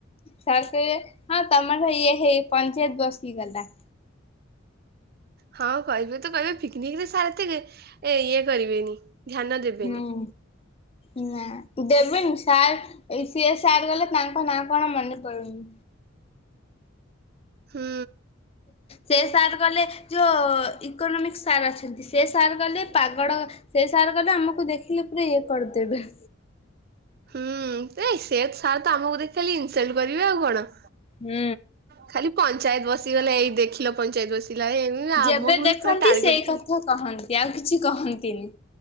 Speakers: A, on the left; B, on the right.
A: ସରୀ ସେ ହଁ ତମର ଇଏ ହେଇ ପଞ୍ଚାୟତ ବସି ଗଲା।
B: ହଁ କହିବେ ତ କହିବେ ପିକନିକରେ ସାର ଏତେ ଇଏ କରିବେନି। ଧ୍ୟାନ ଦେବେନି
A: ହୁଁ ନା ଦେବେନି ସାର୍। ଏଇ ସିଏ ସାର ଗଲେ ତାଙ୍କ ନାଁ କଣ ମନେ ପଡୁନି।
B: ହୁଁ।
A: ସେ ସାର୍ ଗଲେ। ଯୋଉ ଇକୋନୋମିକ୍ସ ସାର୍ ଅଛନ୍ତି ସେ ସାର୍ ଗଲେ ପାଗଳ। ସେ ସାର୍ ଗଲେ ଆମକୁ ଦେଖିଲେ ପୁରା ଇଏ କରିଦେବେ।
B: ହୁଁ ସେ ସାର୍ ତ ଆମକୁ ଦେଖି ଖାଲି ଇନସଲଟ କରିବେ ଆଉ କଣ।
A: ହୁଁ।
B: ଖାଲି ପଞ୍ଚାୟତ ବସିଗଲେ ଏଇ ଦେଖିଲ ପଞ୍ଚାୟତ ବସିଲା ଏଇ ଆମକୁ
A: ଯେବେ ଦେଖନ୍ତି
B: ବି ପୁରା ଟାର୍ଗେଟ
A: ସେଇ
B: କରି।
A: କଥା କହନ୍ତି, ଆଉ କିଛି କହନ୍ତିନି।